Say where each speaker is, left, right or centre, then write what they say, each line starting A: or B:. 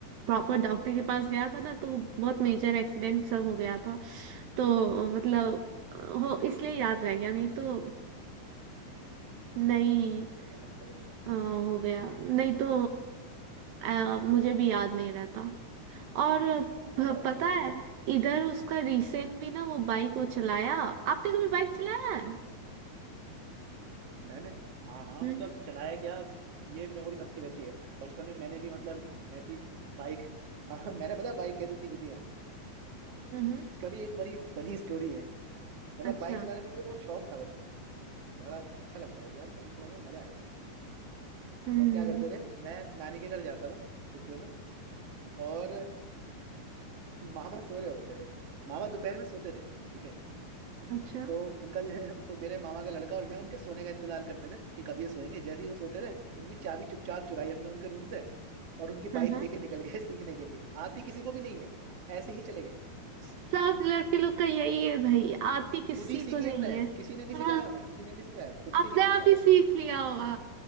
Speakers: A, on the right; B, on the right.
A: प्रॉपर डॉक्टर के पास गया था ना तो बहुत मेजर एक्सीडेंट सब हो गया था तो अ, मतलब अ, हो इसलिए याद रह गया नहीं तो नहीं
B: और-
A: अ, हो गया नहीं तो अ, मुझे भी याद नहीं रहता और
B: हाँ
A: प-
B: यार
A: पता है इधर उसका रिसेंट भी ना वो बाइक वो चलाया आपने कभी बाइक चलाया
B: मैंने हाँ हाँ
A: है
B: मतलब चलाया क्या ये मेमोरी सबकी रहती है बचपन में मैंने भी मतलब ऐसी बाइक हाँ हाँ, मैंने पता बाइक कैसे सीखी थी क्या?
A: हम्म
B: इसका भी एक बड़ी फनी स्टोरी है मतलब
A: अच्छा
B: बाइक चलाने का मुझे बहुत शौक था बचपन में बड़ा अच्छा लगता था कि यार बाइक चलाने में मजा आएगा
A: हम्म
B: तो हम क्या करते थे मैं नानी के घर जाता था छुट्टियों में और मामा सो रहे होते थे मामा दोपहर में सोते थे ठीक है
A: अच्छा
B: तो उनका जो है तो मेरे मामा का लड़का और मैं उनके सोने का इंतजार करते थे कि कब ये सोएंगे जैसे ही वो सोते रहे उनकी चाबी चुपचाप चुराई हमने उनके रूम से और उनकी
A: हाँ
B: बाइक
A: हाँ
B: लेके निकल गए सीखने के लिए आती किसी को भी नहीं है ऐसे ही चले गए
A: सब लड़के लोग का यही है भाई आती किसी
B: खुद ही सीखी
A: को
B: हमने
A: नहीं है
B: किसी ने नहीं
A: हाँ
B: सिखाया हमें किसी ने नहीं सिखाया खुद
A: अपने
B: से ही सीखा
A: आप ही
B: बस
A: सीख लिया होगा